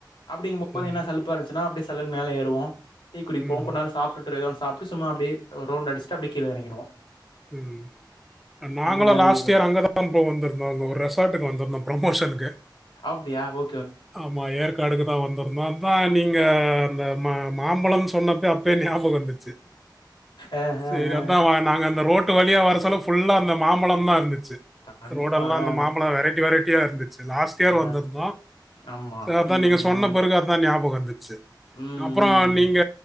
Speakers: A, on the left; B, in the centre.
A: அப்டிங்ம்போது
B: ம்.
A: என்ன சலு ப்பா இருந்துச்சன்னா அப்டி சல்லுனு மேலே ஏறுவோ டீ குடிப்போ
B: ம்.
A: கொந் நேரோ சாப்ட்டுட்டுருக்குவ சாப்ட்டு சும்மா அப்டி ஒரு ரவுண்டு அடிச்சிட்டு அப்டியே கீழே எறங்கிருவோ
B: ம் நாங்களு
A: அந்த மாரி
B: லாஸ்ட் இயர் அங்கதா தாம்போ வந்துருந்தோ அங்க ஒரு ரெஸ்ஸார்ட்டுக்கு வந்துருந்தோம் ப்ரோமோஷனக்கு
A: அப்படியா ஓ
B: ஆமா ஏற் காடுக்கு தா வந்திருந்தோ அதா நீங்க அ அந்த ம மாம்பழம் சொன்னப்ப அப்பே ஞாபகோ இருச்சு
A: அ
B: சரி
A: அ அ
B: அதா வா நாங்க அந்த ரோட் டு வழியா வரச்சொல்ல ஃபுல்லா அந்த மாம்பழோ தா இருந்துச்சு
A: கண்டிப்பா
B: ரோடெல்லா அந்த
A: அ
B: மாம்பழோ வெரைட்டி வெரைட்டியா இருந்துச்சு லாஸ்ட் இயர்
A: அ
B: வந்திருந்தோ
A: ஆமா.
B: சர் அதா
A: ம்,
B: நீங்க
A: ம்,
B: சொன்ன பிறகு அதா ஞாபக‌ வந்துச்சு
A: ம், ம்.
B: அப் அப்புறோ நீங்க